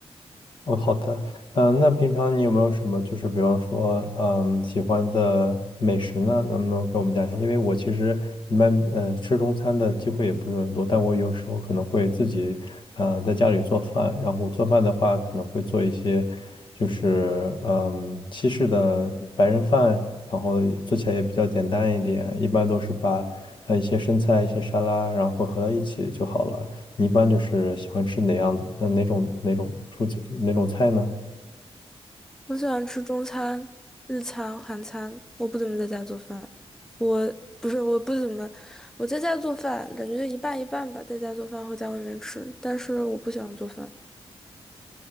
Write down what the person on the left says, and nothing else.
哦，好的。嗯，那平常你有没有什么，就是比方说，嗯，喜欢的美食呢？能不能给我们讲一下？因为我其实一般，呃，吃中餐的机会也不是很多，但我有时候可能会自己，呃，在家里做饭。然后做饭的话，可能会做一些，就是，嗯，西式的白人饭，然后做起来也比较简单一点。一般都是把，呃，一些生菜、一些沙拉，然后混合到一起就好了。你一般就是喜欢吃哪样？呃，哪种哪种蔬菜哪种菜呢？